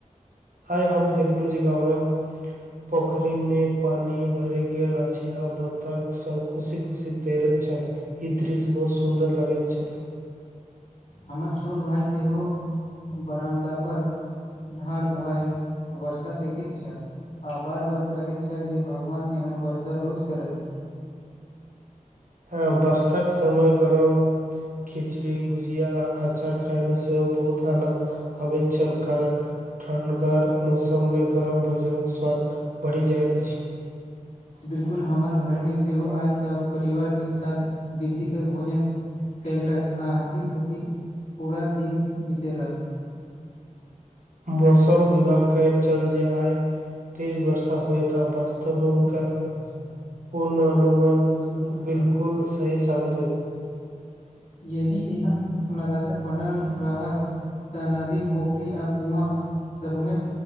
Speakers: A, on the right; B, on the left.
A: आइ हम देखलहुँ जे गामक। पोखरी मे पानी भरे गेल अछि आ बतक सब खुशी खुशी तैरैत छल ई दृश्य बहुत सुंदर लगैत छल
B: हमर छोट भाय सेहो बरामदापर ढार भय वर्षा देखैत छल आ बार बार कहैत छल जे भगवान एहन वर्षा रोज करैथ
A: हँ बरषाक समय गरम। खिचड़ी भुजिया आ अचार खायमे सेहो बहुत आनन्द। अबैत छलल करल ठण्गार मौसममे गरम भोजन स्वाद बढ़ि जाइत अछि।
B: बिलकुल हमर घरमे सेहो आइ सभ परिवार एक साथ बेसीके भोजन। कयलक आ हँसी खुशी पूरा दिन बितेलक।
A: मौसम विभाग कहैत छल जे आइ। तेज वर्षा होए त आब वास्तव मे हुनका ख। पूर्ण हनुमान बिलकुल सही साबित होइ छैय
B: यदि एहन। लगातार बनल रहत तऽ नदी पोखरी आ कुआँ सबमे।